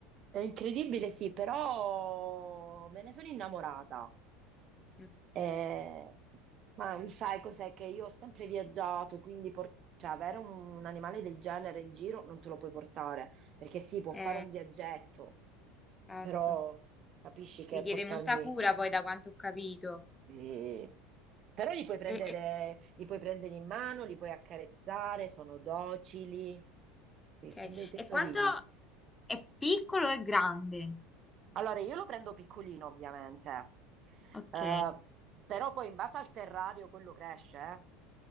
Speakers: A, on the right; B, on the left.
A: È incredibile, sì, però me ne sono innamorata.
B: Ok,
A: Eh, ma sai cos'è che io ho sempre viaggiato, quindi por- cioè, avere un, un animale del genere in giro non te lo puoi portare, perché sì, può fare
B: eh,
A: un viaggetto,
B: esatto.
A: però capisci che
B: Richiede
A: portarmi...
B: molta cura poi da quanto ho capito.
A: Sì. Però li puoi prendere,
B: E, e-
A: li puoi prendere in mano, li puoi accarezzare, sono docili, sì, sono
B: ok.
A: dei tesorini.
B: E quanto è piccolo e grande?
A: Allora, io lo prendo piccolino, ovviamente,
B: Ok.
A: Eh, però poi in base al terrario quello cresce, eh.